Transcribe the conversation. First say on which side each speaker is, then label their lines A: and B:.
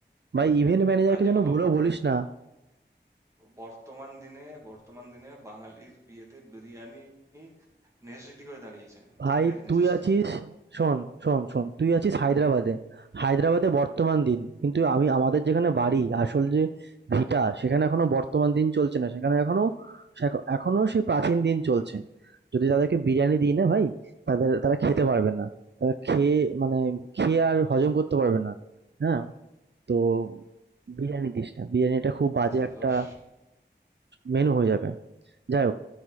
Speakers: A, on the right; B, on the right.
A: ভাই ইভেন্ট ম্যানেজারকে
B: আরে
A: যেন
B: বাবা
A: ভুলো
B: বর্ত-
A: বলিস না
B: বর্তমান দিনে বর্তমান দিনে বাঙালির বিয়েতে বিরিয়ানি নেসেসিটি হয়ে দাঁড়িয়েছে
A: ভাই
B: ঠিক আছে নেসেসিটি
A: তুই আছিস শোন শোন শোন তুই আছিস হায়দ্রাবাদে হায়দ্রাবাদে বর্তমান দিন কিন্তু আমি আমাদের যেখানে বাড়ি আসল যে ভিটা সেখানে এখনো বর্তমান দিন চলছে না সেখানে এখনো সেখ- এখনো সেই প্রাচীন দিন চলছে যদি তাদেরকে বিরিয়ানি দিই না ভাই তাদের তারা খেতে পারবে না তারা খেয়ে মানে খেয়ে আর হজম করতে পারবে না হ্যাঁ তো বিরিয়ানি দিস না। বিরিয়ানিটা খুব বাজে একটা
B: ধস
A: মেনু হয়ে যাবে। যাই হোক,